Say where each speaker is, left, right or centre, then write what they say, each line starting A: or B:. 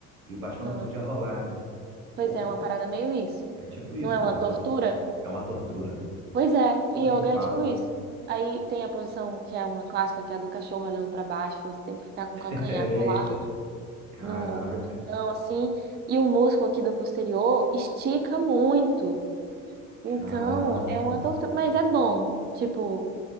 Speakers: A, on the right (about 80°); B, on the right (about 25°).
A: e o bastão
B: Hum.
A: não podia rolar, né?
B: Pois
A: Porra,
B: é, é uma parada meio isso.
A: é tipo isso.
B: Não é
A: Ah,
B: uma
A: então
B: tortura?
A: é uma tortura.
B: Pois é,
A: Pô,
B: e
A: nem
B: yoga
A: fala.
B: é tipo isso. Aí tem a posição que é uma clássica, que é a do cachorro olhando pra baixo, que você tem que ficar com
A: <laughs>
B: o calcanhar
A: Eita,
B: colado
A: caraca,
B: no no chão, assim, e o músculo aqui do posterior estica muito. Então,
A: caraca.
B: é uma tortura, mas é bom, tipo,